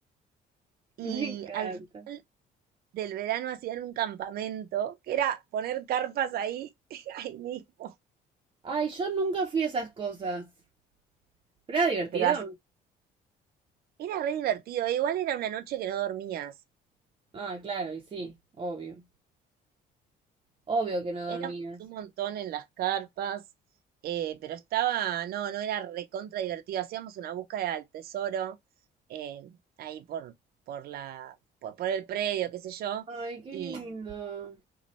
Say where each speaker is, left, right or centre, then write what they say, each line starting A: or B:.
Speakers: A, on the right; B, on the right.
A: Y
B: me encanta.
A: al final del verano hacían un campamento que era poner carpas ahí, <laughs> ahí mismo.
B: Ay, yo nunca fui a esas cosas. ¿Pero era divertido?
A: Pero así, era re divertido. e Igual era una noche que no dormías.
B: Ah, claro, y sí, obvio. Obvio que no dormías.
A: Éramos un montón en las carpas, eh, pero estaba, no, no era recontra divertido. Hacíamos una búsqueda del tesoro eh, ahí por, por la, por, por el predio, qué sé yo,
B: Ay, qué
A: y,
B: lindo.